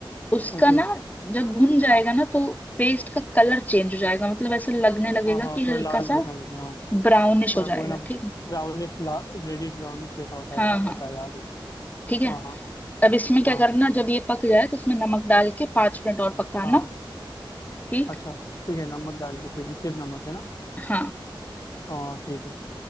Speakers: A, on the left; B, on the left.
A: उसका
B: okay
A: ना जब भुन जाएगा ना तो पेस्ट का कलर चेंज हो जाएगा मतलब ऐसे लगने लगेगा
B: हाँ हाँ
A: कि
B: थोड़ा
A: हल्का
B: लाल जैसा
A: सा
B: होता है हाँ
A: ब्राउनिश
B: पर
A: हो जाएगा
B: वो ना
A: ठीक है
B: ब्राउनिश रेडिश ब्राउनिश जैसा होता
A: हाँ
B: है हाँ
A: हाँ
B: पता है याद है
A: ठीक है
B: हाँ हाँ
A: अब इसमें क्या
B: हाँ
A: करना जब ये पक जाए तो इसमें नमक डाल के पांच मिनट और पकाना
B: हाँ
A: ठीक
B: अच्छा ठीक है नमक डाल दीजिए सिर्फ नमक है ना
A: हाँ
B: हाँ ठीक है